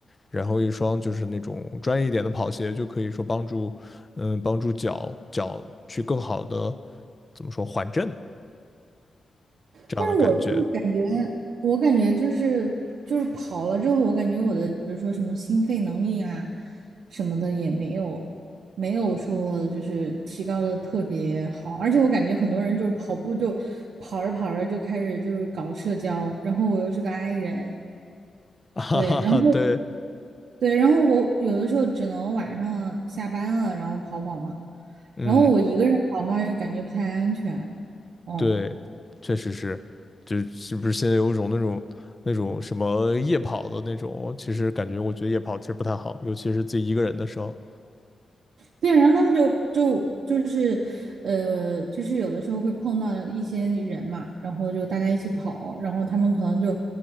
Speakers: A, on the left; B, on the right.
A: 然后一双就是那种专业一点的跑鞋，就可以说帮助，嗯，帮助脚脚去更好的怎么说缓震这样的感觉。
B: 但是我就感觉，
A: <laughs>
B: 我感觉就是就是跑了之后，我感觉我的比如说什么心肺能力呀、什么的也没有没有说就是提高的特别好，而且我感觉很多人就是跑步就跑着跑着就开始就是搞社交，然后我又是个 i 人，
A: 哈哈哈，
B: 对，然后
A: 对，
B: 对，然后我有的时候只能晚上下班了然后跑跑嘛，
A: 嗯，
B: 然后我一个人跑的话又感觉不太安全，嗯。
A: 对，确实是，就是不是现在有一种那种那种什么夜跑的那种，其实感觉我觉得夜跑其实不太好，尤其是自己一个人的时候。
B: 对，然后他们就就就是，呃，就是有的时候会碰到一些人嘛，然后就大家一起跑，然后他们可能就，